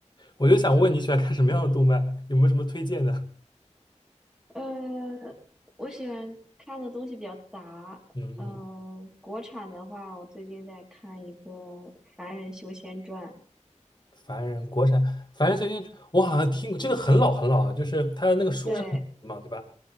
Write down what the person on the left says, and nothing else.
我就想问你喜欢看什么样的动漫？有没有什么推荐的？
嗯嗯，
凡人国产，凡人修仙，我好像听过这个很老很老了，就是他的那个书是很老的嘛，
对吧？